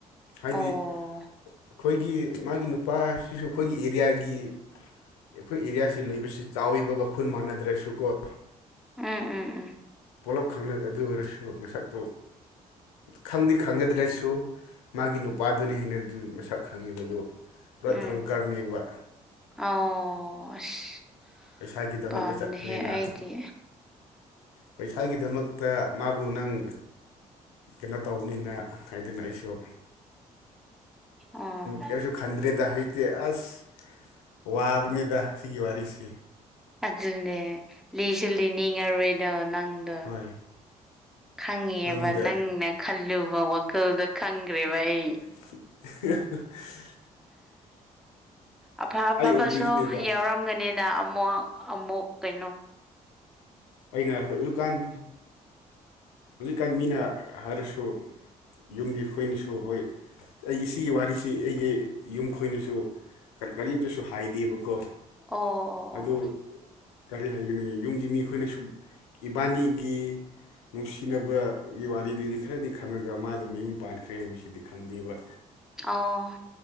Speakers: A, on the left; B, in the centre.
A: ꯍꯥꯏꯗꯤ
B: ꯑꯣ ꯑꯣ
A: ꯑꯩꯈꯣꯏꯒꯤ ꯃꯥꯒꯤ ꯅꯨꯄꯥꯁꯤꯁꯨ ꯑꯩꯈꯣꯏꯒꯤ ꯑꯦꯔꯤꯌꯥꯒꯤ ꯑꯩꯈꯣꯏ ꯑꯦꯔꯤꯌꯥꯁꯤ ꯂꯩꯕꯁꯤ ꯆꯥꯎꯋꯤꯕꯒ ꯈꯨꯟ ꯃꯥꯟꯅꯗ꯭ꯔꯁꯨꯀꯣ
B: ꯎꯝ ꯎꯝ ꯎꯝ
A: ꯄꯨꯂꯞ ꯑꯗꯨ ꯑꯣꯏꯔꯁꯨ ꯃꯁꯛꯇꯣ ꯈꯪꯗꯤ ꯈꯪꯅꯗ꯭ꯔꯁꯨ ꯃꯥꯒꯤ ꯅꯨꯄꯥꯗꯨꯅꯤ ꯍꯥꯏꯩꯅ ꯑꯗꯨ ꯃꯁꯛ ꯈꯪꯉꯤꯕꯗꯨ ꯄꯨꯔꯥ
B: ꯎꯝ
A: ꯗ꯭ꯔꯪꯀꯔꯅꯦꯕ
B: ꯑꯣ ꯑꯁ
A: ꯄꯩꯁꯥꯒꯤꯗꯃꯛꯇ
B: ꯄꯥꯝꯗꯦꯍꯦ
A: ꯆꯠꯄꯅꯤꯅ
B: ꯑꯩꯗꯤ
A: ꯄꯩꯁꯥꯒꯤꯗꯃꯛꯇ ꯃꯥꯕꯨ ꯅꯪ ꯀꯩꯅꯣ ꯇꯧꯕꯅꯤꯅ ꯍꯥꯏꯗꯅ ꯑꯩꯁꯨ
B: ꯑꯣ
A: ꯀꯁꯨ ꯈꯟꯗ꯭ꯔꯦꯗ ꯍꯇ ꯑꯁ ꯋꯥꯕꯅꯤꯗ ꯁꯤꯒꯤ ꯋꯥꯔꯤꯁꯦ
B: ꯑꯗꯨꯅꯦ ꯂꯤꯁꯨ ꯂꯤꯅꯤꯡꯉꯔꯣꯏꯗꯣ ꯅꯪꯗꯣ
A: ꯍꯣꯏ
B: ꯈꯪꯉꯦꯕ
A: ꯅꯪꯉꯣꯟꯗ
B: ꯅꯪꯅ ꯈꯜꯂꯨꯕ ꯋꯥꯈꯜꯗ ꯈꯪꯈ꯭ꯔꯦꯕ ꯑꯩ
A: <inaudible>
B: ꯑꯐ
A: ꯑꯩ
B: ꯑꯐꯕꯁꯨ
A: ꯑꯣꯏꯕꯒꯤꯅꯦꯗ
B: ꯌꯥꯎꯔꯝꯒꯅꯤꯗ ꯑꯃꯨꯛ ꯑꯃꯨꯛ ꯀꯩꯅꯣ ꯎ
A: ꯑꯩꯅ ꯍꯧꯖꯤꯛꯀꯥꯟ ꯍꯧꯖꯤꯛꯀꯥꯟ ꯃꯤꯅ ꯍꯥꯏꯔꯁꯨ ꯌꯨꯝꯒꯤ ꯍꯣꯏꯅꯁꯨ ꯍꯣꯏ ꯑꯩꯒꯤ ꯁꯤꯒꯤ ꯋꯥꯔꯤꯁꯤ ꯑꯩꯒꯤ ꯌꯨꯝ ꯈꯣꯏꯅꯁꯨ ꯀꯔꯤꯝꯇꯁꯨ ꯍꯥꯏꯗꯦꯕꯀꯣ
B: ꯑꯣ
A: ꯑꯗꯨ ꯀꯔꯤ ꯍꯥꯏꯒꯅꯤ ꯌꯨꯝꯒꯤ ꯃꯤ ꯑꯩꯈꯣꯏꯅꯁꯨ ꯏꯕꯥꯅꯤꯒꯤ ꯅꯨꯡꯁꯤꯅꯕꯒꯤ ꯋꯥꯔꯤꯗꯨꯗꯤ ꯈꯔꯗꯤ ꯈꯪꯉꯒ ꯃꯥꯗꯨ ꯃꯌꯨꯝ ꯄꯥꯟꯈ꯭ꯔꯦ ꯍꯥꯏꯕꯁꯤꯗꯤ ꯈꯪꯗꯦꯕ
B: ꯑꯣ